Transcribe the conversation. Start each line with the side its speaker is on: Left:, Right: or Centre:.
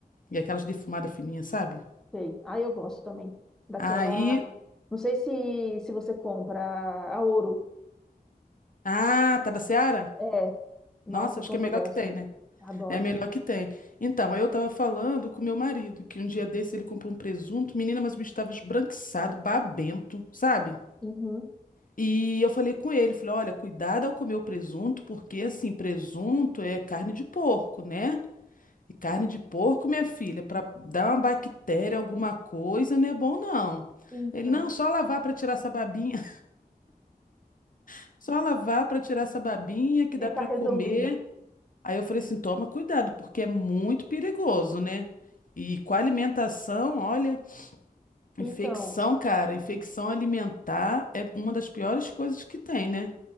Left: E aquelas defumadas fininhas, sabe?
Centre: Sei. Ah, eu gosto também daquela.
Left: Aí.
Centre: Não sei se, se você compra a Ouro.
Left: Ah, tá da Seara?
Centre: É, nossa,
Left: Nossa, acho
Centre: como
Left: que é melhor
Centre: eu gosto.
Left: que tem, né?
Centre: Adoro.
Left: É melhor que tem. Então, aí eu tava falando com meu marido que um dia desse ele comprou um presunto. Menina, mas o bicho tava esbranquiçado, babento, sabe?
Centre: Uhum.
Left: E eu falei com ele, falei, olha, cuidado ao comer o presunto, porque assim, presunto é carne de porco, né? E carne de porco, minha filha, para dar uma bactéria, alguma coisa, não é bom não.
Centre: Então.
Left: Ele, não, só lavar para tirar essa babinha, <laughs> só lavar para tirar essa babinha que dá
Centre: E tá
Left: para
Centre: resolvido.
Left: comer. Aí eu falei assim, toma cuidado, porque é muito perigoso, né? E com a alimentação, olha,
Centre: Então,
Left: infecção, cara, infecção alimentar é uma das piores coisas que tem, né?